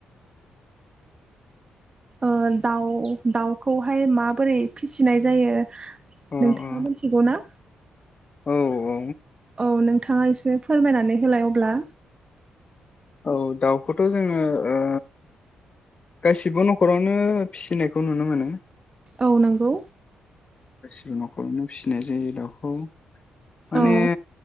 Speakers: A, on the right; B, on the left.
A: ओ दाउ दाउ खौहाय माबोरै फिसिनाय जायो नोंथाङा
B: अ अ
A: मोनथिगौ ना
B: औ औ
A: औ नोंथाङा एसे फोरमायनानै होलाय अब्ला
B: औ दाउखौथ' जोङो ओ गासिबो न'खरावनो फिसिनायखौ नुनो मोनो
A: औ नंगौ
B: न'खरनि फिसिनाय जायो दाउखौ। माने
A: औ